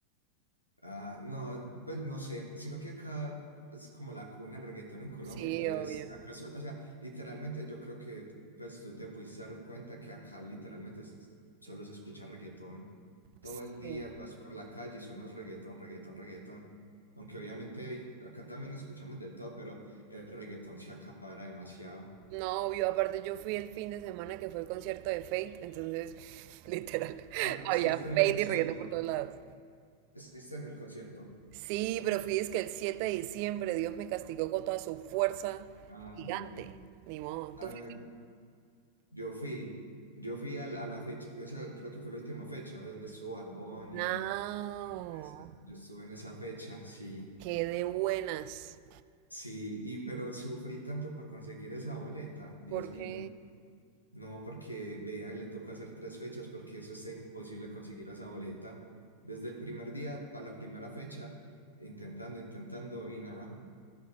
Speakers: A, on the left; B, on the right.
A: Ah, no, pues no sé, sino que acá es como la cuna del reggaetón en Colombia,
B: Sí,
A: entonces
B: obvio.
A: acá, sol- o sea, literalmente yo creo que pues tú te pudiste dar cuenta que acá literalmente es- solo se escucha reggaetón. Todo
B: Sí.
A: el día vas por la calle y suenas reggaetón, reggaetón, reggaetón. Aunque obviamente hay- acá también escuchamos de todo, pero el reggaetón se acapara demasiado.
B: No, obvio, aparte yo fui el fin de semana que fue el concierto de Fate, entonces, <laughs> literal, <laughs>
A: Ah, estuviste
B: había Fate
A: en el concierto,
B: y reggaetón por todos lados.
A: estuviste en el concierto.
B: Sí, pero fui es que el 7 de diciembre Dios me castigó con toda su fuerza
A: Ay,
B: gigante. Ni modo.
A: ay,
B: ¿Tú fuiste?
A: Yo fui, yo fui a, la a la fecha, esa creo que fue la última fecha donde estuvo Bad Bunny,
B: No,
A: esa, yo estuve en esa fecha, sí,
B: qué de buenas.
A: sí, y pero sufrí tanto para conseguir esa boleta, Dios
B: Porque
A: mío, no, porque vea, le toca hacer tres fechas porque eso está imposible conseguir esa boleta, desde el primer día para la primera fecha, intentando, intentando y nada,